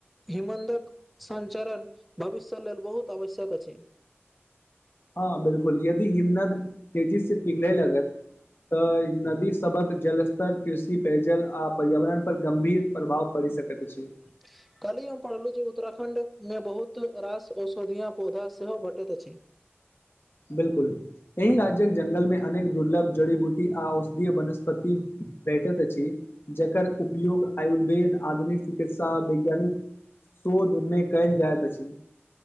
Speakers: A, in the centre; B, on the left.
A: हिमन्दक सञ्चरण भविष्य लेल बहुत आवश्यक अछि।
B: हँ बिल्कुल, यदि हिमनद तेजी से पिघले लगत। तऽ नदी सबहक जलस्तर, कृषि, पेयजल आ पर्यावरण पर गंभीर प्रभाव पड़। भय सकत अछि।
A: <unintelligible> कल्हि हम पढ़लहु, जे उत्तराखंड में बहुत रास औषधीया पौधा सेहो भेटैत अछि। <inaudible>
B: बिल्कुल, एहि राज्यक जंगल में अनेक दुर्लभ जड़ी-बूटी आ औषधीय वनस्पति। भेटैत अछि, जकर उपयोग आयुर्वेद, आधुनिक चिकित्सा वैज्ञानिक। शोध में कैल जायत अछि।